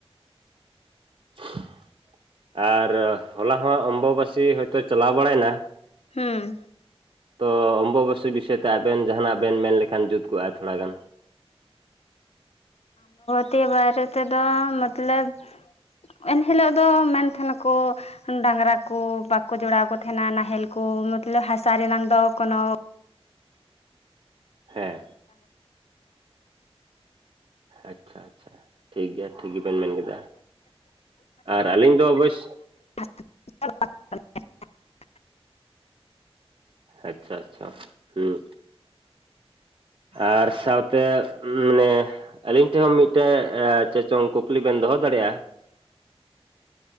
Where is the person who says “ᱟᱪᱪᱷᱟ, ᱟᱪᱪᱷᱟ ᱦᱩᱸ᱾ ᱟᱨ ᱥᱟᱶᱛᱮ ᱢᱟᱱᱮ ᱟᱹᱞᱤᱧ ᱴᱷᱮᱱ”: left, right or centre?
Right